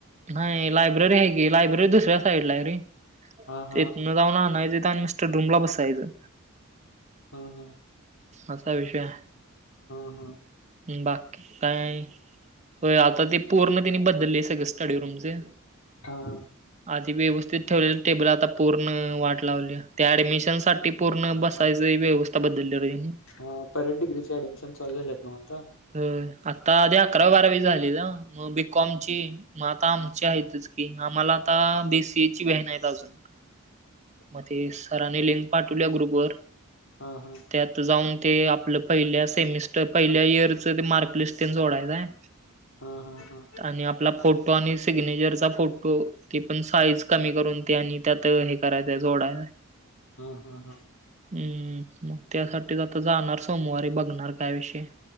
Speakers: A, on the right; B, on the left.
A: नाही ‌लायब्ररी आहे की, लायब्ररी दुसऱ्या साइडला आहे रे.
B: हा हा
A: तिथन जाऊन आणायचं आणि स्टडी रूमला बसायचं.
B: हा हा
A: असा विषय आहे.
B: हा हा
A: बाकी काय? होय आता ते पूर्ण तिने बदललंय सगळंच. स्टडी रूमचे
B: हा.
A: आधी व्यवस्थित ठेवलेलं टेबल आता पूर्ण वाट लावल्या. त्या ऍडमिशनसाठी पूर्ण बसायचं व्यवस्था बदलल्या रे हेनी.
B: हा परत डिग्रीच ऍडमिशन चालू झालेत न्हव आता?
A: होय आत्ता आधी अकरा बारावी झाली ना. मग बीकॉमची मग आता आमची आहेतच की, आम्हाला आता बीसीएची व्हॅन आहेत अजून.
B: <inaudible>
A: मग ते सराने लिंक पाठवल्या ग्रुपवर.
B: हा हा
A: त्यात तिथं जाऊन ते आपलं पहिल्या सेमिस्टर पहिल्या इयरच ते मार्कलिस्ट तेन जोडायचं हाय.
B: हा हा हा.
A: आणि आपला फोटो आणि सिग्नेचरचा फोटो ती पण साईज कमी करून ते आणि त्यात हे करायचं हाय जोडायच हाय.
B: हा हा. हा
A: हम्म, मग त्यासाठीच आता जाणार सोमवारी बघणार काय विषय आहे.